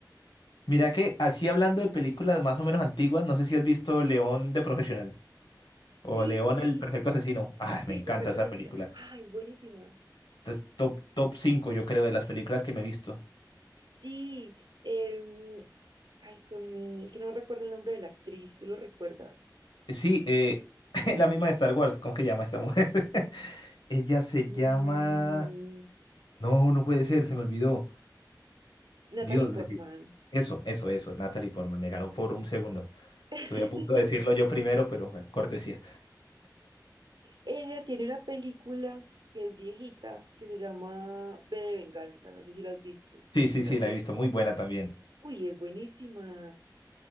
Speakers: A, on the left (about 85°); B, on the right (about 75°).
A: Mira que así hablando de películas más o menos antiguas, no sé si has visto León de Profesional o
B: Sí,
A: León
B: sí, sí.
A: el Perfecto Asesino. Ah,
B: Sí,
A: me encanta
B: perfecto,
A: esa
B: Cecilia.
A: película.
B: Ah, es buenísima.
A: T- Top, top 5 yo creo, de las películas que me he visto.
B: Sí, em, ay, con, es que no recuerdo el nombre de la actriz, ¿tú lo recuerdas?
A: Sí, eh, <laughs> la misma de Star Wars, ¿cómo que llama esta mujer? <laughs> Ella se
B: Mm,
A: llama... No, no puede ser, se me olvidó.
B: Natalie
A: Dios,
B: Portman.
A: me... si, Eso, eso, eso, es Natalie Portman, me ganó por un segundo.
B: <laughs>
A: Estuve a punto de decirlo yo primero, pero bueno, cortesía.
B: Ella tiene una película que es viejita, que se llama V de Venganza, no sé si la has visto.
A: Sí, sí,
B: ¿La
A: sí,
B: has
A: la
B: visto?
A: he visto, muy buena también.
B: Uy, es buenísima.